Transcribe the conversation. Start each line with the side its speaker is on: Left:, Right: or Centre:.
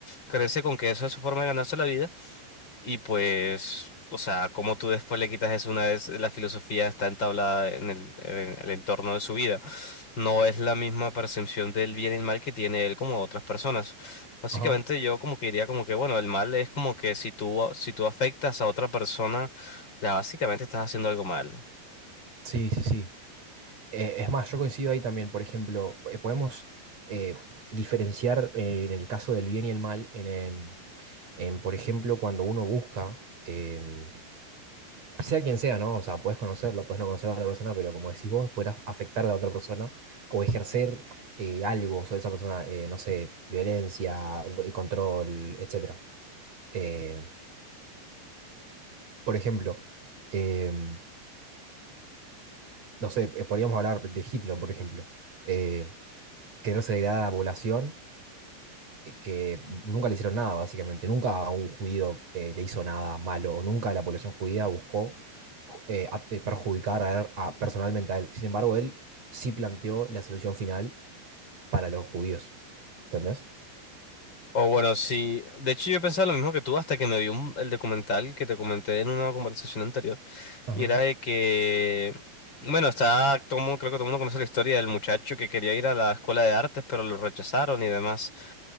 Left: Crece
Right: Ujú.
Left: con que esa es su forma de ganarse la vida. Y pues, o sea, como tú después le quitas eso una vez la filosofía está entablada en el, en el entorno de su vida. No es la misma percepción del bien y el mal que tiene él como otras personas. Básicamente
Right: Ajá.
Left: yo como que diría como que, bueno, el mal es como que si tú, si tú afectas a otra persona, ya básicamente estás haciendo algo mal.
Right: Sí, sí, sí. Eh, es más, yo coincido ahí también, por ejemplo, eh, podemos eh, diferenciar eh, en el caso del bien y el mal, en, em, en, por ejemplo, cuando uno busca, em, sea quien sea, ¿no? O sea, puedes conocerla, puedes no conocer a la otra persona, pero como decís vos, puedes afectar a la otra persona o ejercer eh, algo sobre esa persona, eh, no sé, violencia, do- control, etcétera. Eh, por ejemplo, em, no sé, eh, podríamos hablar de Hitler, por ejemplo. eh, quererse degradar a la población eh, que nunca le hicieron nada, básicamente. Nunca a un judío eh, le hizo nada malo, o nunca la población judía buscó ju- eh, a- eh, perjudicar a él- a- personalmente a él. Sin embargo, él sí planteó la solución final para los judíos. ¿Entendés?
Left: O bueno, sí, de hecho yo pensaba lo mismo que tú hasta que me vi un- el documental que te comenté en una conversación anterior
Right: Ajá,
Left: Y era de que, bueno, está, todo mundo- creo que todo el mundo conoce la historia del muchacho que quería ir a la escuela de artes, pero lo rechazaron y demás.